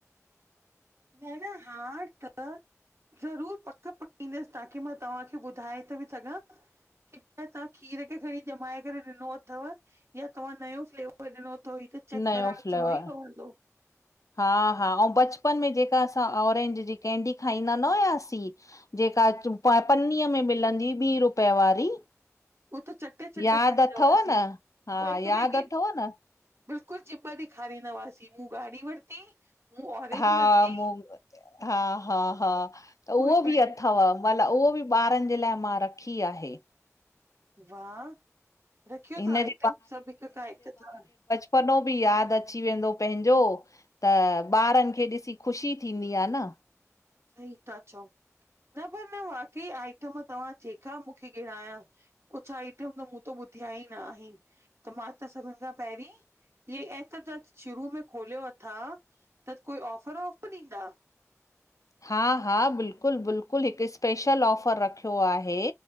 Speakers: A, on the right; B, on the left.
A: न- न हार त ज़रूर पक पकिंदस ताकी मां तव्हांखे ॿुधाए थी बी सघां। क <unintelligible> तव्हां खीर खे खणी ॾमाए करे ॾिनो अथव या तव्हां नयो फ्लेवर ॾिनो तव ही त चेक
B: नयो
A: कराइ
B: फ्लेवर
A: अचणो ई पवंदो।
B: हा -हा अंऊ बचपन में जेका असां ऑरेंज जी केंडी खाईंदा न हुयासीं जेका <unintelligible> पन्नीअ में मिलंदी ॿी रुपए वारी।
A: हो त चटे -चटे
B: यादि
A: खाईंदा
B: अथव
A: हुआसीं।
B: न हा
A: पो हिक
B: यादि
A: ॿे खे
B: अथव न
A: बिल्कुल जीब ॾेखारींदा हुआवासी। मूं ॻाढ़ी वरती मूं ऑरेंज
B: हा
A: वरती
B: मूं हा हा हा त
A: पो
B: उहो
A: हिक ॿिए
B: बि अथव
A: खे
B: <unintelligible> उहो बी ॿारन जे लाए मां रखी आहे।
A: वाह रखयो
B: हिन
A: त आइटम
B: जे
A: सभ हिक खां हिक तव।
B: पनो बी याद अची वेंदो पंहेंजो। त, ॿारन खे ॾिसी, ख़ुशी थींदी आ न।
A: सही ता चौ, न पर न वाकई आइटम तव्हां जेका मूंखे ॻिणाया कुछ आइटम त मूं त ॿुधया ई न आहिन, त मां त सभिन खां पहरीं ही एप त शुरू में खोलियो अथा, त कोई ऑफर वाफर ईंदा?
B: हा हा, बिल्कुल बिल्कुल, हिक स्पेशल ऑफर रखयो आहे।